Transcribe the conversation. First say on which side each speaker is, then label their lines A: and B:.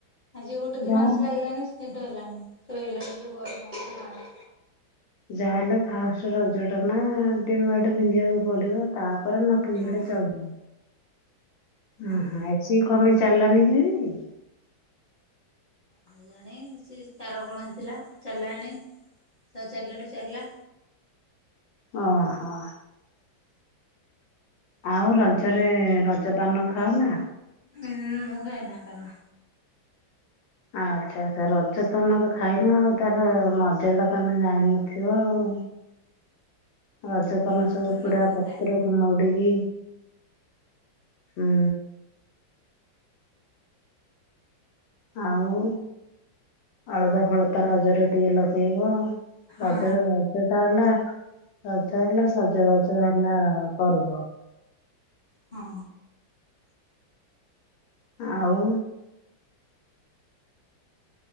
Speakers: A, on the left (about 30°); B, on the left (about 80°).
A: ଆଜି ଗୋଟେ ଦିନ
B: ଯାହା
A: ଏସିଲାଗିଲାନି ନିଦ ହେଲାନି ଶୋଇହେଲାନିଯୋଉ ଗରମକୁ ଝାଳ।
B: ଯାହାହେଲେ ଫାଷ୍ଟ ରଜ ଟା ନା ଟିକେ ଲୁଗାଟା ପିନ୍ଧିବାକୁ ପଡିବ ତା। ତା ପରେ ନ ପିନ୍ଧିଲେ
A: ହଁ
B: ଚଳିବ।
A: ହଁ
B: ଉଁ ହୁଁ ଏସି କଣ ପାଇଁ ଚାଲିଲାନି କି ଆଜି।
A: କେଜାଣି ସେ ତାର କଣ ହେଇଥିଲା ଚାଲିଲାଣିି ସହ ଚାଲିଲାଠୁ ଚାଲିଲା।
B: ଓହୋ। ଆଉ ରଜରେ ରଜପାନ ଖାଅ ନା।
A: ଉଁ ମୁଁ ଖାଏନା ପାନ।
B: ଆଚ୍ଛା ଆଛା ରଜ ପାନ ତ ଖାଇନ ଆଉ ତାର ମଜା ଟା ତମେ ଜାଣିନଥିବ ଆଉ।
A: <inaudible>
B: ରଜପାନ
A: ମୁଁ
B: ସବୁ
A: ପାନ
B: ପୁରା
A: ଫାନ
B: ପତ୍ର।
A: ଖାଏନା
B: ମଉଡିକି ହୁଁ ଆଉ ଅଳତା ଫଳତା ରଜରେ ଟିକେ ଲଗେଇବ।
A: ହଁ
B: ରଜରେ ବର୍ଷାଟା ହେଲା। ରଜ ହେଲା ସଜବାଜ ହେଲା ପର୍ବ।
A: ହଁ।
B: ଆଉ।